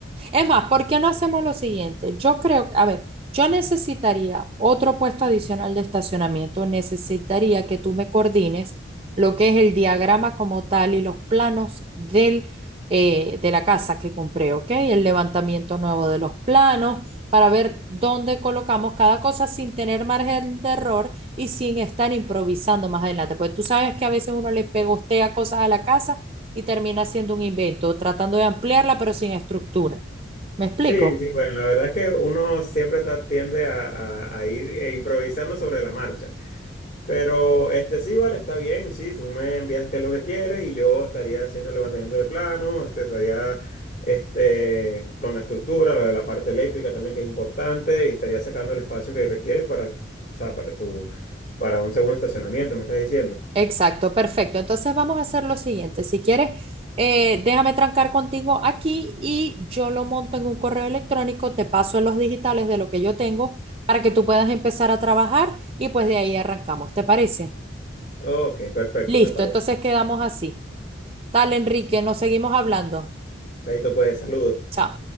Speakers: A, on the right; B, on the left.
A: Es más, ¿por qué no hacemos lo siguiente? Yo creo, a ver, yo necesitaría otro puesto adicional de estacionamiento, necesitaría que tú me coordines lo que es el diagrama como tal y los planos del, eh, de la casa que compré, ¿ok? El levantamiento nuevo de los planos para ver dónde colocamos cada cosa sin tener margen de error y sin estar improvisando más adelante. Porque tú sabes que a veces uno le pegostea cosas a la casa y termina siendo un invento, tratando de ampliarla pero sin estructura. ¿Me explico?
B: Sí, sí, bueno, la verdad es que uno siempre ta- tiende a, a- a ir eh, improvisando sobre la marcha. Pero este sí, vale, está bien, sí, tú me envías qué es lo que quieres y yo estaría haciendo el levantamiento de plano, este, estaría este, con la estructura, lo de la parte eléctrica también que es importante y estaría sacando el espacio que requieres para, o sea, para tu, para un segundo estacionamiento, me estás diciendo.
A: Exacto, perfecto. Entonces vamos a hacer lo siguiente. Si quieres, eh, déjame trancar contigo aquí y yo lo monto en un correo electrónico, te paso en los digitales de lo que yo tengo para que tú puedas empezar a trabajar y pues de ahí arrancamos. ¿Te parece?
B: Ok, perfecto,
A: Listo,
B: me parece.
A: entonces quedamos así. Tal, Enrique, nos seguimos hablando.
B: Chaito, pues, saludos.
A: Chao.